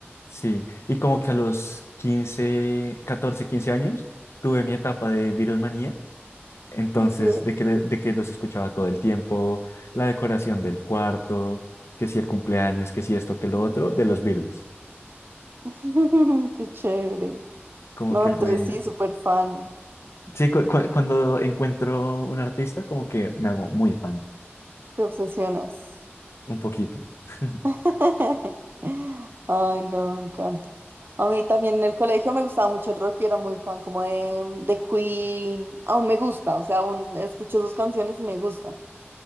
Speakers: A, on the left; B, on the right.
A: Sí, y como que a los 15, 14, 15 años tuve mi etapa de Beatlemanía, entonces
B: Ok.
A: de que, le- de que los escuchaba todo el tiempo, la decoración del cuarto, que si el cumpleaños, que si esto, que lo otro, de los Beatles.
B: <laughs> Qué chévere.
A: Como
B: No,
A: que
B: entonces
A: fue,
B: sí, súper fan.
A: sí, cu- cu- cuando encuentro un artista, como que me hago muy fan,
B: Te obsesionas.
A: un poquito. <laughs>
B: <laughs> Ay, no, me encanta. A mí también en el colegio me gustaba mucho el rock y era muy fan como de, de Queen. Aún me gusta, o sea, aún escucho sus canciones y me gusta.